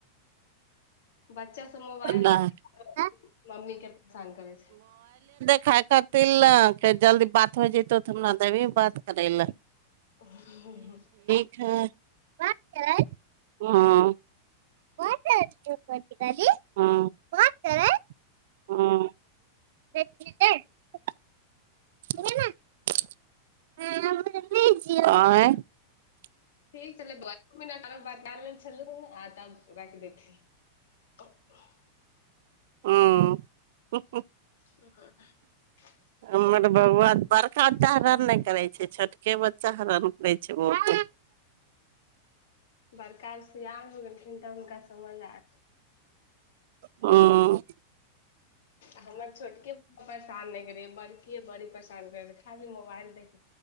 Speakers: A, on the left; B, on the right.
A: बच्चा सब मोबाइल
B: नहि
A: देख कें मम्मी के परेशान करै छै
B: खाय खाति नै के जल्दी बात हो जतौ त हमरा देबी बात करै लय
A: <unintelligible>
B: <unintelligible> <unintelligible> <unintelligible> <unintelligible>
A: <unintelligible>
B: हूँ हु हु
A: <unintelligible>
B: हमर बौआ त बड़का बच्चा हरान नहि करै छै छोटके बच्चा हरान करै छै बहुते
A: बड़का का सियान हो गेलखिन त हुनका समझमे आ
B: हूँ
A: हमर छोटके बड्ड परेशान नहि करै या बड़की बड़ी परेशान करै या खाली मोबाइल देख